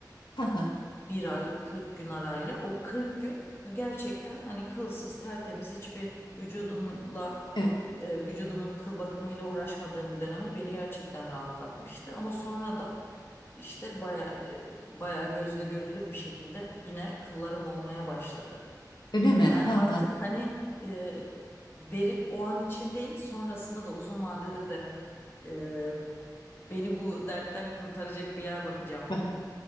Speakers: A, on the left (about 85°); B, on the left (about 30°).
A: hı hı.
B: bir ay 40 gün arayla o kırk gün ha gerçekten hani kılsız tertemiz hiçbir vücudumla
A: Evet,
B: e, vücudumun kıl bakımıyla uğraşmadığım bir dönemde beni gerçekten rahatlatmıştı. Ama sonradan işte baya e, baya gözle görülür bir şekilde yine kıllarım olmaya başladı.
A: öyle mi?
B: Ben
A: Hı
B: artık
A: hı.
B: hani e, verip o an için değil sonrasında da uzun vadede de e, beni bu dertten kurtaracak bir yer bakacağım.
A: Hı hı.